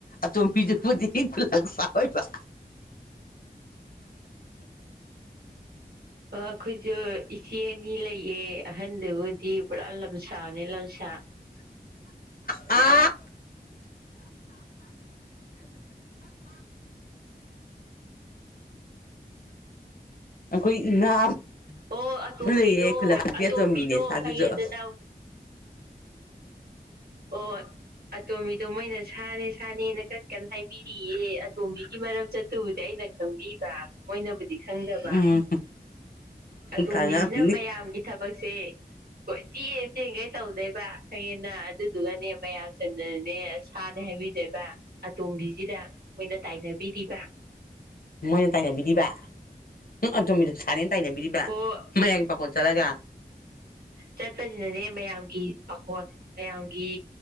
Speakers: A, on the left (about 60°); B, on the right (about 70°).
A: ꯑꯇꯣꯝꯕꯤꯗꯨꯄꯨꯗꯤ ꯈꯨꯂꯛꯄ ꯑꯣꯏꯕ
B: ꯑꯩꯈꯣꯏꯁꯨ ꯏꯆꯦ ꯑꯅꯤ ꯂꯩꯌꯦ ꯑꯍꯟꯗꯨꯕꯨꯗꯤ ꯄꯨꯔꯥ ꯂꯝꯁꯥꯅꯦ ꯂꯝꯁꯥ
A: ꯑ ꯑꯩꯈꯣꯏ ꯗꯨꯅ
B: ꯑꯣ ꯑꯇꯣꯝꯕꯤꯗꯣ
A: ꯂꯩꯌꯦ ꯑꯩ ꯈꯨꯣꯏꯠꯂꯛ ꯈꯠꯕꯤ
B: ꯑꯇꯣꯝꯕꯤꯗꯣ
A: ꯑꯇꯣꯝꯕꯤꯅꯦ ꯁꯥꯗꯨꯁꯨ
B: ꯈꯪꯉꯦꯗꯅ
A: <inaudible>
B: ꯑꯣ ꯑꯇꯣꯝꯕꯤꯗꯣ ꯃꯣꯏꯅ ꯁꯥꯅꯦ ꯁꯥꯅꯦꯅ ꯀꯟ ꯀꯟꯅ ꯍꯥꯏꯕꯤꯔꯤꯌꯦ ꯇꯣꯝꯕꯤꯒꯤ ꯃꯔꯝ ꯆꯠꯇꯨꯕꯨꯗꯤ ꯑꯩꯅ ꯈꯪꯕꯤꯕ ꯃꯣꯏꯅꯕꯨꯗꯤ ꯈꯪꯗꯕ
A: ꯎꯝ
B: ꯑꯇꯣꯝꯕꯤꯁꯤꯅ
A: ꯈꯪꯉꯝꯅꯤ
B: ꯃꯌꯥꯝꯒꯤ ꯊꯕꯛꯁꯦ ꯀꯣꯏ ꯆꯦꯟ ꯆꯦꯟꯈꯩ ꯇꯧꯗꯣꯏꯕ ꯈꯪꯌꯦꯅ ꯑꯗꯨꯗꯨꯒꯅꯦ ꯃꯌꯥꯝ ꯆꯨꯝꯗꯅꯅꯦ ꯁꯥꯅꯦ ꯍꯥꯏꯕꯤꯗꯣꯏꯕ ꯑꯇꯣꯝꯕꯤꯁꯤꯗ ꯃꯣꯏꯅ ꯇꯥꯏꯅꯕꯤꯔꯤꯕ
A: ꯃꯣꯏꯅ ꯇꯥꯏꯅꯕꯤꯔꯤꯕ ꯎ ꯑꯇꯣꯝꯕꯤꯗ ꯁꯥꯅꯤꯅ ꯇꯥꯏꯅꯕꯤꯔꯤꯕ
B: ꯑꯣ
A: ꯃꯌꯥꯝꯒꯤ ꯄꯥꯈꯣꯟ ꯆꯠꯂꯒ
B: ꯆꯠꯄꯁꯤꯅꯅꯦ ꯃꯌꯥꯝꯒꯤ ꯄꯥꯈꯣꯟ ꯃꯌꯥꯝꯒꯤ